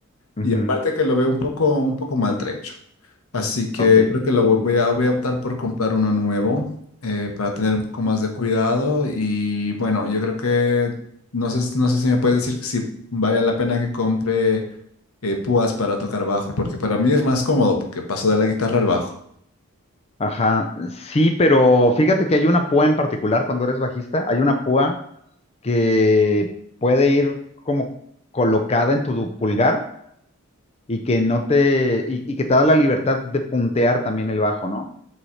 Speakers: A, on the left; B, on the left.
A: Ujú,
B: y aparte que lo veo un poco, un poco maltrecho, así que
A: Ok.
B: creo que lo
A: ujú.
B: vo- voy a, voy a optar por comprar uno nuevo eh, para tener un poco más de cuidado y bueno, yo creo que no sé, no sé si me puedes decir que si vale la pena que compre eh, púas para tocar bajo, porque para mí es más cómodo, porque paso de la guitarra al bajo.
A: Ajá, sí, pero fíjate que hay una púa en particular cuando eres bajista, hay una púa que puede ir como colocada en tu pulgar y que no te, y, y que te da la libertad de puntear también el bajo, ¿no?